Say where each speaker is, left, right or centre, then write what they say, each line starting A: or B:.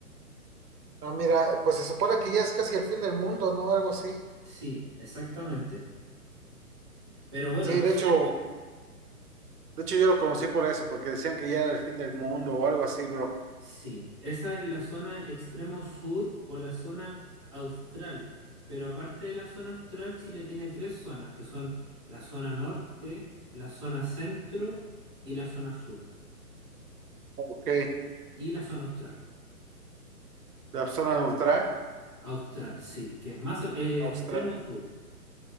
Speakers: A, on the right; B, on the right.
A: Ah, mira, pues se supone que ya es casi el fin del mundo, ¿no? Algo así.
B: Sí, exactamente. Pero bueno,
A: Sí, de hecho, de hecho yo lo conocí por eso, porque decían que ya era el fin del mundo o algo así, bro.
B: sí, esa es la zona extremo sur o la zona austral. Pero aparte de la zona austral, Chile tiene tres zonas, que son la zona norte, la zona centro y la zona sur,
A: Ok,
B: y la zona austral.
A: la zona neutral,
B: Austral, sí, que es más al- eh,
A: Australia.
B: extremo sur.